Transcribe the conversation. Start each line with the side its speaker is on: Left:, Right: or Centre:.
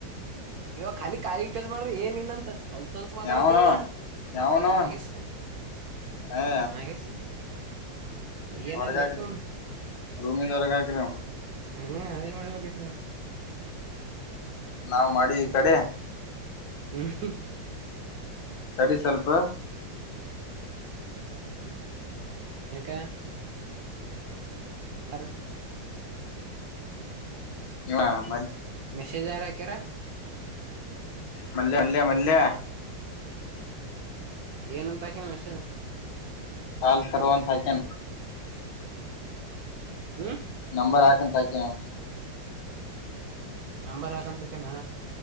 Right: ಇವಾಗ ಖಾಲಿ ಖಾಲಿ ಇಟರ್ಸ್ ಮಾಡ್ರಿ ಏನ್ ಇನ್ನಂತ ಹೊಲ್ಸಲ್ಸ ಮಾತಾಡತ
Left: ಯಾವನವ
Right: ನೀ
Left: ಯಾವನವ
Right: ನಾಗೆಸ
Left: ಏ
Right: ನಾಗಸ ಏನ್
Left: ಹೊರಗಾಕ್ರಿ
Right: ಲೆಕ್ಕ
Left: ರೂಮಿಂದ ಹೊರಗ ಹಾಕ್ರಿ
Right: ಹ್ಮ ಅದೇ ಮಾಡ್ಬೇಕ ಹ
Left: ನಾವ್ ಮಾಡಿವಿ ಈ ಕಡೆ
Right: ಹ್ಮ್
Left: ತಡಿ ಸ್ವಲ್ಪ
Right: ಏಕ್ಕ ಯಾರ
Left: ಹ
Right: ಮೆಸೇಜ್ ಯಾರ ಕರಿ
Left: ಮಲ್ಲೆ ಮಲ್ಲೆ ಮಲ್ಯ
Right: ಏನಂತಾಕನ ಅಕೇನ್ ಮೆಸೇಜ್
Left: ಕಾಲ್ ಕರೋ ಅಂತ ಕೆ
Right: ಹ್ಮ
Left: ನಂಬರ್ ಹಾಕುವಂತಹ
Right: ನಂಬರ್ ಹಾಕಂತಕ್ಕನಾ